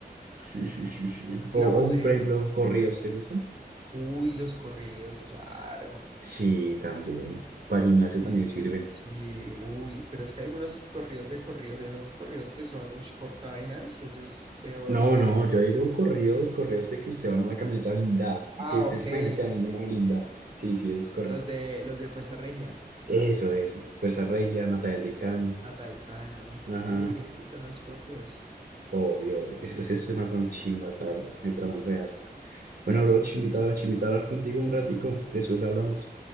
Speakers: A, on the right (about 60°); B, on the right (about 30°).
A: Sí, sí, sí, sí. O,
B: Digamos
A: o, uy,
B: de,
A: por ejemplo, corridos, ¿te gustan?
B: uy, los corridos, claro.
A: Sí, también. Para gimnasio
B: Sí,
A: también sirven.
B: sí, uy, pero es que hay algunos corridos de corridos, hay unos corridos que son, ush, cortavenas y eso es peor
A: No,
B: que...
A: no, yo digo corridos, corridos de que usted va en una camioneta blindada.
B: Ah,
A: Que usted
B: ok,
A: se imagina que va
B: ok,
A: en una blindada.
B: ok.
A: Sí, sí, esos corridos.
B: Los de, los de Fuerza Regia,
A: Eso, eso. Fuerza Regia, Natalia del Cano.
B: Atalcano.
A: Ajá,
B: Uy, esos sí son los propios.
A: Obvio, es, es, esas más son chimbas, la verdad,
B: Sí,
A: me traman re
B: sí,
A: harto.
B: sí. sí.
A: Bueno, bro, chimbitar, chimbitar contigo un ratico, después hablamos.